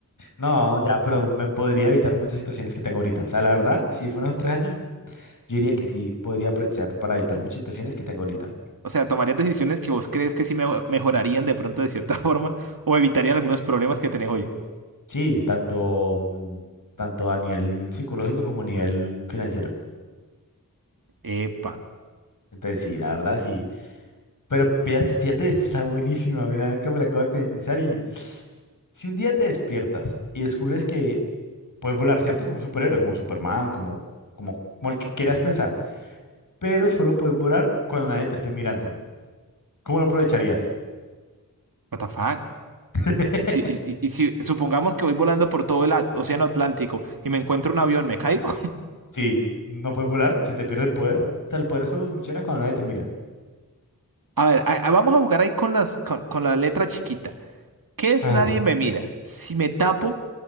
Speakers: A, on the left; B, on the right.
A: No, ya, pero me podría evitar muchas situaciones que tengo ahorita. O sea, la verdad, si fueron unos tres años, yo diría que sí, podría aprovechar para evitar muchas situaciones que tengo ahorita.
B: O sea, tomarías decisiones que vos crees que sí mejo- mejorarían de pronto de cierta <laughs> forma o evitarían algunos problemas que tenés hoy.
A: Sí, tanto, mm, tanto a nivel psicológico como a nivel financiero.
B: Epa,
A: Entonces, sí, la verdad, sí. Pero fíjate, fíjate, <laughs> esta está buenísima, mira, que me la acabo de pensar y... <sniffs> Si un día te despiertas y descubres que puedes volar, ¿cierto? Como un superhéroe, como Superman, como, como, como el que quieras pensar, pero solo puedes volar cuando nadie te esté mirando. ¿Cómo lo aprovecharías?
B: what the fuck?
A: <laughs>
B: Y si, y- y- y si supongamos que voy volando por todo el a- océano Atlántico y me encuentro un avión, ¿me caigo?
A: Sí, no puedes volar, se te pierde el poder. O sea, el poder solo funciona cuando nadie te mira.
B: A ver, a- a- vamos a buscar ahí con las, con, con la letra chiquita. ¿Qué es
A: Ajá.
B: nadie me mira? Si me tapo,